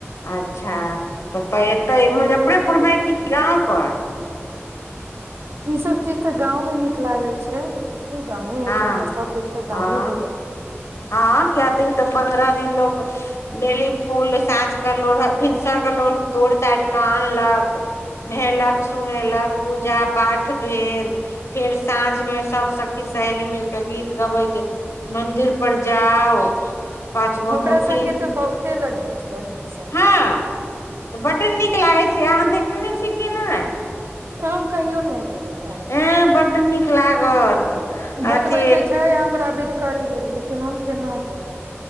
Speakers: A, on the left; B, on the right.
A: अच्छा तऽ तऽ एतै मुजफ्फरेपुरमे कि गाँवपर
B: ई सब चीज ते गांव में निक लागे छै देखियो गांवे हेते
A: हँ
B: ओकर सब कुछ ते
A: हँ
B: गांवे भेले
A: हँ तऽ किये तऽ पन्द्रह दिन लोक डेली फूल साँझके लोढ़ भिनसरके लोल तोड़ि तारि कऽ आनलक नहेलक सुनेलक पूजा पाठ भेल फेर साँझ मे सब सखी सहेली मिलके गीत गबैत मंदिर पर जाउ पाँच गो
B: ओकरा
A: मुट्ठी
B: संङ्गे तऽ बहुते लड़की छै अं्जलि सङगे
A: हँ तऽ बड्ड नीक लागैत छै अहाँ देखने छी कि नहि
B: तऽ हम कहियो नय आय तक देखानै
A: एय
B: छी
A: बड्ड नीक लागत
B: बजबै
A: अथी
B: तऽ छै हमरा बिधकरी लेल लेकिन हम केना जेबै